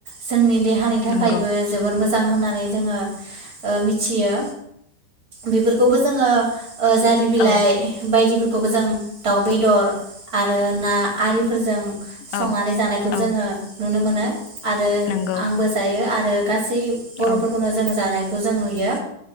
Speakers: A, on the right; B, on the left.
A: जोंनि देहानि थाखायबो
B: नंगौ
A: जोबोर मो मोजां होननानै जोङो ओ मिथियो बेफोरखौबो जोङो ओ जारि बिलाइ
B: औ
A: बायदि खौबोजों दाउ बेदर आरो ना आरि फोरजों संनानै
B: औ
A: जानायखौ
B: औ
A: जोङो नुनो मोनो। आरो
B: नंगौ
A: आंबो जायो आरो गासै बर'फोरखौनो
B: औ
A: जों जानायखौ जों नुयो